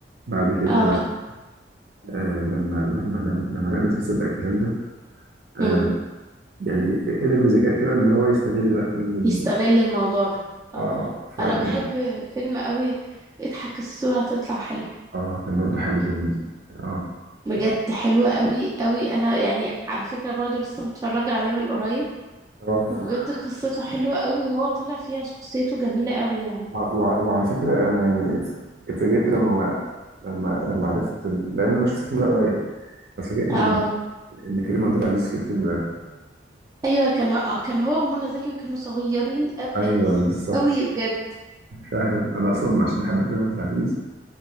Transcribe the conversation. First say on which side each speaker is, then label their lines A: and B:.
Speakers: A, on the right; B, on the right.
A: بعد كده
B: اه
A: آه لما لما لما لما لقى الناس بتصدق الكلام ده آه
B: مم.
A: يعني قدر بذكاء كده ان هو يستغل بقى كل ال...
B: يستغل الموضوع ده اه
A: اه فعلا
B: انا بحب فيلم قوي اضحك الصوره هتطلع حلوه
A: اه كان برضه حلو جميل اه
B: بجد
A: فكرة.
B: حلوه قوي قوي انا يعني على فكره برضو لسه متفرجه عليه من قريب
A: اه
B: وبجد قصته حلوة قوي وهو طالع فيها شخصيته جميلة قوي يعني
A: وع- وع- وعلى فكرة أنا يعني اتفاجئت لما لما لما عرفت لأن أنا شفت الفيلم ده قريب فاتفاجئت
B: اه
A: لما عرفت إن كريم عبد العزيز في الفيلم ده
B: ايوه كان هو آه، كان هو ومنى زكي وكانوا صغيرين قوي
A: أيوه بالظبط
B: قوي بجد
A: فعلا أنا أصلا عشان بحب كريم عبد العزيز